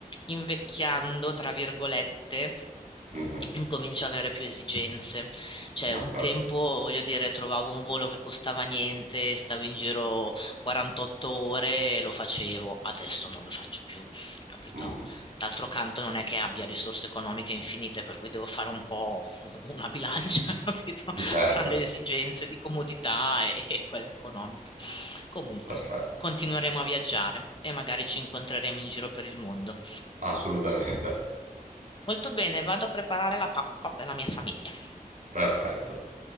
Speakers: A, on the left; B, on the right.
A: invecchiando, tra virgolette,
B: Mhm.
A: incomincio ad avere più esigenze. Cioè,
B: No,
A: un
B: certo.
A: tempo, voglio dire, trovavo un volo che costava niente, stavo in giro 48 ore e lo facevo. Adesso non lo faccio più, capito?
B: Mhm.
A: D'altro canto non è che abbia risorse economiche infinite, per cui devo fare un po' <laughs> una bilancia, capito?
B: Certo,
A: Tra le esigenze di comodità e, e quelle economiche. Comunque,
B: perfetto.
A: insomma, continueremo a viaggiare e magari ci incontreremo in giro per il mondo.
B: Assolutamente.
A: Molto bene, vado a preparare la pappa per la mia famiglia.
B: Perfetto.